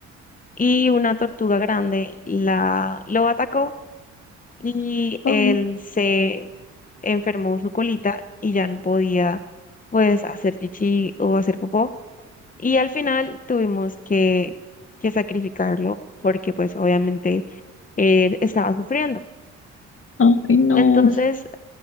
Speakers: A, on the left; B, on the left.
A: y una tortuga grande la, lo atacó y él
B: Ay,
A: se enfermó su colita y ya no podía pues hacer chichi o hacer popó y al final tuvimos que, que sacrificarlo porque pues obviamente él estaba sufriendo.
B: ay, no.
A: Entonces
B: <laughs>